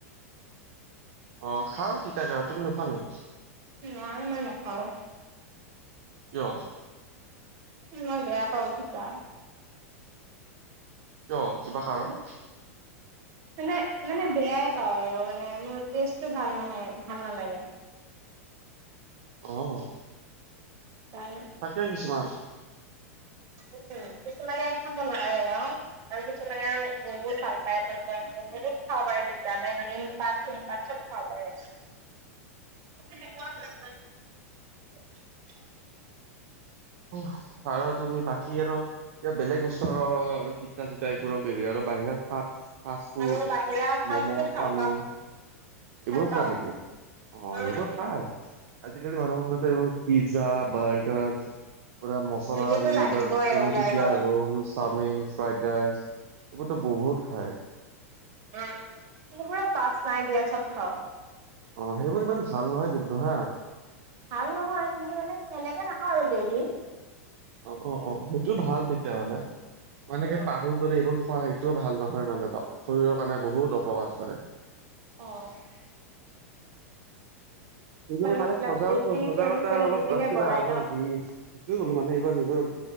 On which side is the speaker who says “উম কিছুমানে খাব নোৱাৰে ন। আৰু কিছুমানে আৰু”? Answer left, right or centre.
Right